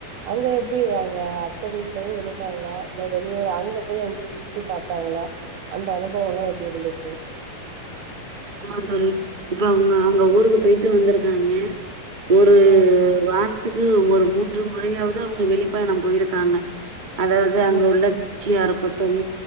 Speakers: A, on the right; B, on the right.
A: அங்க எப்டி அங்க அத்த வீட்லயே இருந்தாங்களா இல்ல வெளியூர் அங்க போய் அங்கயு சு த்தி பாத்தாங்களா அந்த அனுபவ எல்லா எப்டி இருந்துச்சு
B: ஆமா தோழி இப்ப அவங்க அங்க ஊருக்கு போயிட்டு வந்துருக்காங்க ஒரு
A: ம்,
B: வாரத்துக்கு ஒரு மூன்று முறையாவது அவங்க வெளிப்பயணம் போயிருக்காங்க அதாவது அங்க
A: ம்,
B: உள்ள பிச்சியா இருக்கட்டும்